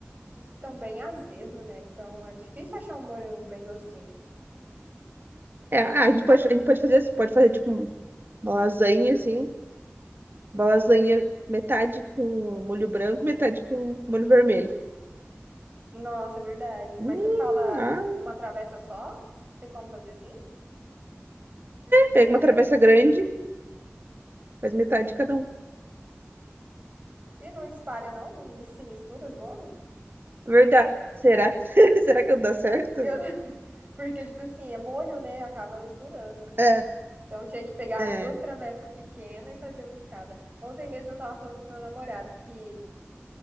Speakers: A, on the right; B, on the right.
A: uns que estão bem azedo, né? Então é difícil achar um morango bem docinho.
B: É, ah, a gente pode, a gente pode fazer, pode fazer tipo uma lasanha assim, uma lasanha metade com molho branco, metade com molho vermelho.
A: Nossa, é verdade.
B: Hum,
A: Mas você fala
B: ah,
A: numa travessa só? Tem como fazer assim?
B: pega uma travessa grande, faz metade de cada um.
A: E não espalha, não? Não mis- se mistura os molhos?
B: É Verdade. Será que <laughs> será que dá certo?
A: Eu- <laughs> Porque, tipo assim, é molho, né? Acaba misturando.
B: É,
A: Então, tinha que pegar
B: é.
A: duas travessas pequenas e fazer um de cada. Ontem mesmo eu tava falando com meu namorado que